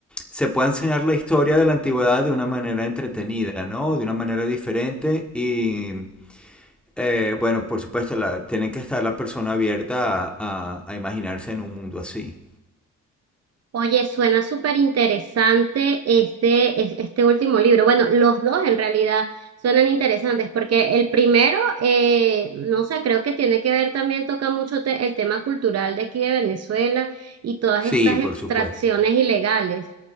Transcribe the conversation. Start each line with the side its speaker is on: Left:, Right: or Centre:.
Centre: se pueda enseñar la historia de la antigüedad de una manera entretenida, ¿no? De una manera diferente y, eh, bueno, por supuesto, la, tienen que estar la persona abierta a, a- a imaginarse en un mundo así.
Right: Oye, suena súper interesante este, es- este último libro. Bueno, los dos en realidad suenan interesantes porque el primero, eh, no sé, creo que tiene que ver también, toca mucho te- el tema cultural de aquí de Venezuela y todas
Centre: Sí,
Right: estas
Centre: por
Right: extracciones
Centre: supuesto.
Right: ilegales.